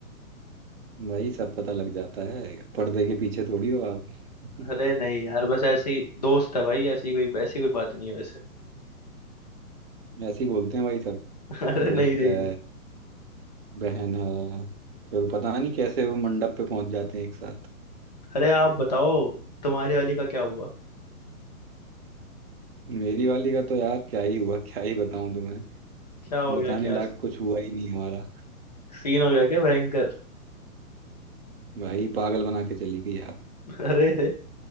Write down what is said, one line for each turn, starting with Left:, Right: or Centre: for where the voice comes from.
Right: भाई सब पता लग जाता है पर्दे के पीछे थोड़ी हो आप <laughs>
Left: अरे नहीं यार बस ऐसे ही दोस्त है भाई ऐसी कोई ऐसी कोई बात नहीं है वैसे
Right: ऐसे ही बोलते हैं भाई सब
Left: <laughs> अरे
Right: दोस्त
Left: नहीं नहीं
Right: है
Left: नहीं
Right: बहन है फिर पता नहीं कैसे वो मंडप पे पहुंच जाते हैं एक साथ
Left: अरे आप बताओ तुम्हारी वाली का क्या हुआ
Right: मेरी वाली का तो यार क्या ही हुआ क्या ही बताऊं तुम्हें
Left: क्या हो गया
Right: बताने
Left: क्या
Right: लायक कुछ हुआ ही नहीं हमारा
Left: सीन हो गया क्या भयंकर
Right: भाई पागल बना के चली गई यार
Left: <laughs> अरे अरे